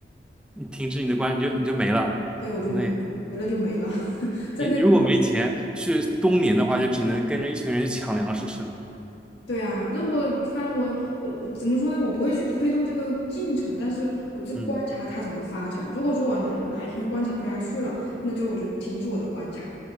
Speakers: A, in the centre; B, on the left.
A: 你停止你的关，你就你就没了。
B: 对，我就没了，
A: 那也
B: 没了就没了，<laughs> 在那个
A: 你你如果没钱去冬眠的话，就只能跟着一群人去抢粮食吃了。
B: 对啊，那我就反正我我我怎么说呢？我不会去推动这个进程，但是我就观察它怎么发展。
A: 嗯
B: 如果说我哪哪一天观察不下去了，那就我就停止我的观察。